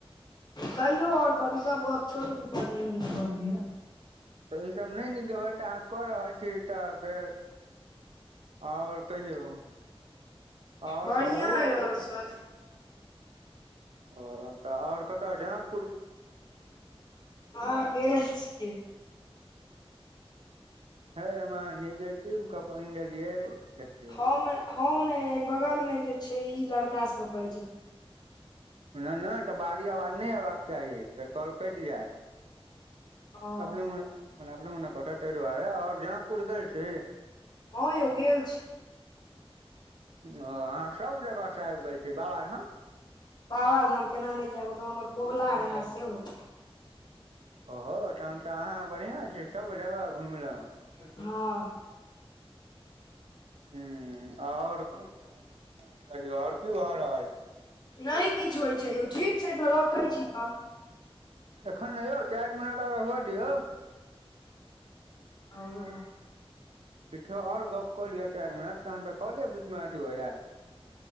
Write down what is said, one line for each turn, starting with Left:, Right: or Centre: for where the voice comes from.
Left: कहियौ और सब इसभ गप छोड़ू इसभ नै नीक गप भेल।
Right: त इसभ नै नीक भेल त अहाँ कऽ रहल छी त फेर और कहियौ और
Left: बढ़िआँ
Right: कहू और
Left: <unintelligible>
Right: ओ त और कत जनक
Left: हँ गेल छियै।
Right: हइ अयमे अहाँ निगेटिव गप्प ऐन देलियै देखियौ।
Left: हम-हम नै एय बगलमे जे छैय इ लड़का सब बाइज रहल।
Right: नै-नै त बाहरी अवाज नै एबाक चाही फेर कॉल कइट जैत।
Left: हँ
Right: अपने मने मने अपने मने कटत तै दुआरे और जनकपूर गेल छी।
Left: हँ यौ गेल छी।
Right: ओ अहाँ सब जगह स आइब गेल छी। बाबाधाम
Left: बाबाधाम केना नै जैब ओतऽ हमर कोबला रहै सेहो।
Right: ओहो तहन त अहाँ बढ़ियां छी सब जगह घुइम लेलौं।
Left: हँ।
Right: हं और कहियौ और की भ रहल
Left: नै किछ होइ छैय यौ ठीक छैय त रखै छी त।
Right: एखन नै यौ चाइर मिनट आर हुअऽ दियौ।
Left: हँ।
Right: किछो और गप कऽ लिअ चाइर मिनट तहन त कॉले बीचमे अथी भ जैत।